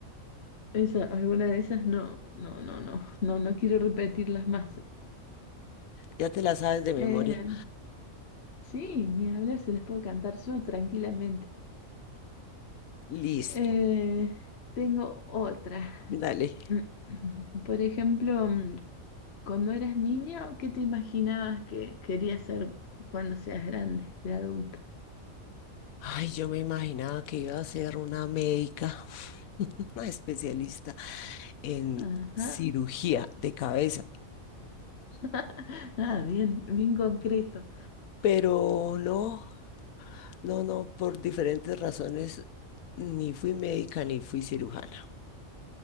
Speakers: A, on the left; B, on the left.
A: esa, alguna de esas no, no, no, no, no, no quiero repetirlas más. <clears throat>
B: Ya te la sabes de memoria.
A: Eh, sí, ni hablar, se las puedo cantar yo tranquilamente.
B: Listo,
A: Eh, tengo otra.
B: dale.
A: <clears throat> Por ejemplo, mm, cuando eras niño, ¿qué te imaginabas que querías ser cuando seas grande, de adulto?
B: Ay, yo me imaginaba que iba a ser una médica, <laughs> una especialista en
A: Ajá.
B: cirugía de cabeza,
A: <laughs> Ah, bien, bien concreto.
B: pero no, no, no, por diferentes razones, ni fui médica ni fui cirujana.